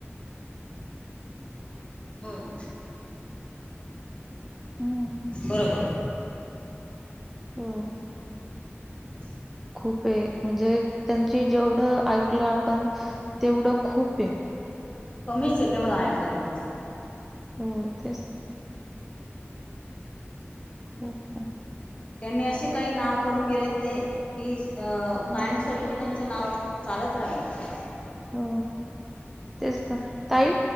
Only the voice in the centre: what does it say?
हम्म.
हम
खूप आहे म्हणजे त्यांची जेवढं ऐकलं आपण, तेवढं खूप आहे.
हो तेच हो का?
अ,
हो तेच तर काही